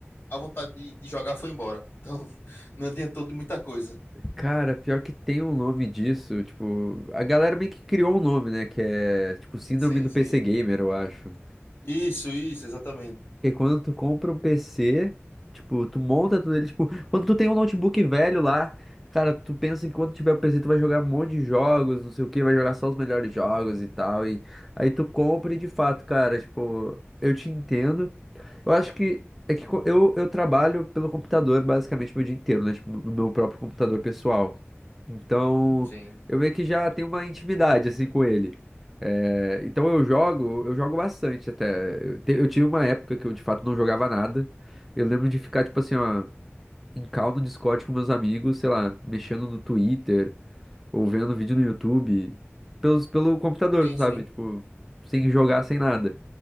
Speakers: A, on the left; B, in the centre.
A: a vontade de, de jogar foi embora. Então, <laughs> não adiantou de muita coisa.
B: Cara, pior que tem um nome disso, tipo... A galera meio que criou um nome, né? Que é, tipo, Síndrome
A: Sim,
B: do
A: sim.
B: PC Gamer, eu acho.
A: Isso, isso, exatamente.
B: Porque quando tu compra um PC, tipo, tu monta tudo ele, tipo, quando tu tem um notebook velho lá, cara, tu pensa que quando tiver o PC tu vai jogar um monte de jogos, não sei o que, vai jogar só os melhores jogos e tal, e aí tu compra e de fato, cara, tipo, eu te entendo, eu acho que é que co- eu, eu trabalho pelo computador basicamente meu dia inteiro, né? Tipo, no meu próprio computador pessoal. Então,
A: Sim,
B: eu meio que já tenho uma intimidade assim com ele. É, então eu jogo, eu jogo bastante até. Eu, te- eu tive uma época que eu de fato não jogava nada. Eu lembro de ficar, tipo assim, ó, em call no Discord com meus amigos, sei lá, mexendo no Twitter, ou vendo vídeo no YouTube, pelos, pelo computador,
A: sim,
B: sabe?
A: sim.
B: Tipo, sem jogar, sem nada.